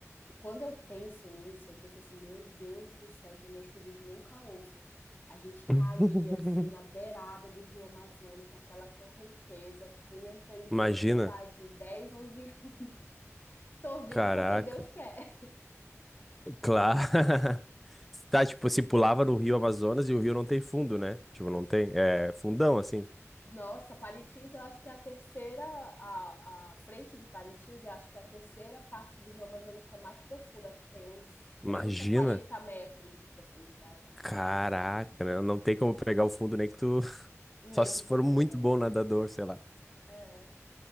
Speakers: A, on the left; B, in the centre.
A: Quando eu penso nisso, eu penso assim, meu Deus do céu, que os meus filhos nunca ouçam. A gente caía,
B: <laughs>
A: assim, na beirada do rio Amazonas, naquela correnteza, com inhantãzinha,
B: Imagina,
A: sei lá, de 10 11 anos. <laughs> Tô vivo
B: caraca.
A: porque Deus quer.
B: Claro. <laughs> Tá, tipo, se pulava no Rio Amazonas e o rio não tem fundo, né? Tipo, não tem. É fundão, assim.
A: Nossa, Parintins, eu acho que é a terceira... A, a frente de Parintins, eu acho que é a terceira parte do rio Amazonas que é mais profunda. Acho que tem uns 30
B: Imagina.
A: 40 metros de profundidade.
B: Caraca, né? Não tem como pegar o fundo nem que tu. <laughs>
A: Nem
B: Só se
A: que tu
B: for
A: queira.
B: muito bom nadador, sei lá.
A: É.